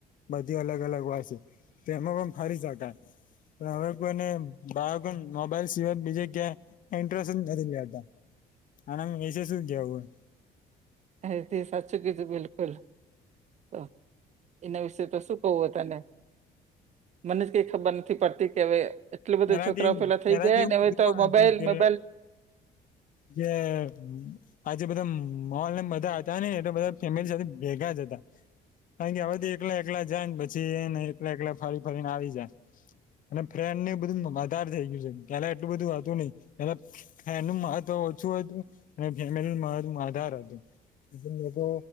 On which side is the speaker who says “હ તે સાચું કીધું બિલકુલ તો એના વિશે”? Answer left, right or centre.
Right